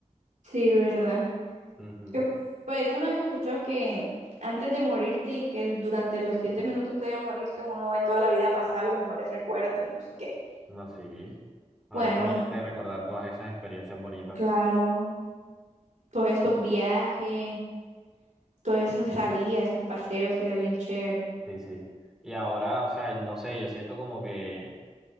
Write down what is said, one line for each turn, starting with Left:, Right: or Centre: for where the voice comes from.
Right: Sí, verdad.
Centre: Ujú.
Right: Yo- por ahí tú no has escuchado que antes de morirte y que durante los siete minutos previo a morirse uno ve toda la vida pasar los mejores recuerdos y no sé qué.
Centre: No, sí. Ahora
Right: Bueno,
Centre: imagínate recordar todas esas experiencias bonitas.
Right: claro, todos esos viajes, todas esas salidas, esos paseos sería bien chévere.
Centre: Sí, sí. Y ahora, o sea, no sé, yo siento como que